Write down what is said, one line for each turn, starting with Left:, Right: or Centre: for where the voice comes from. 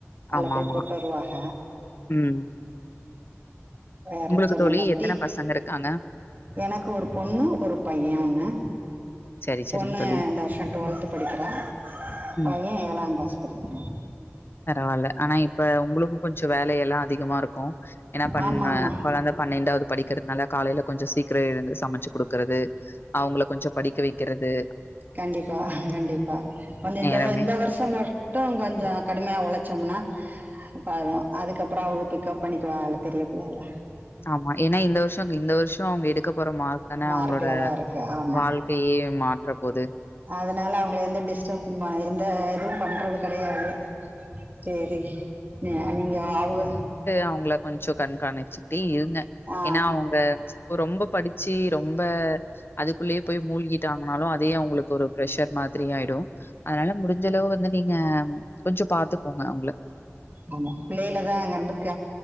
Right: அதுல
Left: ஆமாமா.
Right: போய் போட் வருவாக
Left: ம்
Right: வேற
Left: உங்களுக்கு
Right: சொல்லுங்க
Left: தோழி எத்தன
Right: டீக்
Left: பசங்க இருக்காங்க?
Right: எனக்கு ஒரு பொண்ணு ஒரு பைய ஒன்னு
Left: சரி,
Right: பொண்ணு
Left: சரிங்க தோழி.
Right: இந்த வர்ஷ டுவெல்த்
Left: ம்,
Right: படிக்கிறா
Left: ம்.
Right: பைய ஏழா கிளாஸ் <inaudible>
Left: பரவாயில்ல ஆனா இப்ப உங்ளோக்கு கொஞ்ஜோம் வேல எல்லாம் அதிகமா இருக்கும் என்னா பண்ண
Right: ஆமா ஆமா ஆமா
Left: குழந்த பன்னெண்டாவது படிக்குது நல்லா காலையில கொஞ்ஜோம் சீக்கிரம் எழுந்து சமச்சு கொடுக்குறது அவங்கள கொஞ்ஜோம் படிக்க வெக்கிறது
Right: கண்டிப்பா கண்டிப்பா அந்த
Left: நேரமே
Right: இந்த இந்த வருஷம் இப்ப மட்டும் கொஞ்ஜோம்
Left: ம்.
Right: கடுமையா உழச்சோம்னா அப்ப அதான் அதுக்கப்புறோம் அவுங்க பிக்கப்பண்ணிக்குவா அவ பெரிய பிள்ளையில
Left: ஆமா ஏன்னா இந்த வருஷோம் இந்த வருஷோம் அவங்க எடுக்க போற மார்க் தான
Right: மார்க்ல
Left: அவுங்களோட
Right: தா இருக்கு ஆமா
Left: வாழ்க்கையே மாற்ற போது
Right: அதனால அவுங்கள எந்த டிஸ்டர்பு எந்த இதுவும் பண்றது கெடயாது சேரி நீங்க வாவு
Left: அவுங்கள கொஞ்ஜோம் கண்காணிச்சுட்டே இருந்தன்
Right: ஆ
Left: ஏன்னா அவுங்க ரொம்ப படிச்சு ரொம்ப அதுக்குள்யே போய் மூழ்கிட்டாங்கனாலும் அதே அவுங்களுக்கு ஒரு பெஷர் மாதிரி த்றீ ஆயிடு அதனால முடிஞ்சளவு வந்து நீங்க கொஞ்ஜோம் பாத்துக்கோங்க அவுங்கள
Right: ஆமா பிள்ளையிலதான் வந்து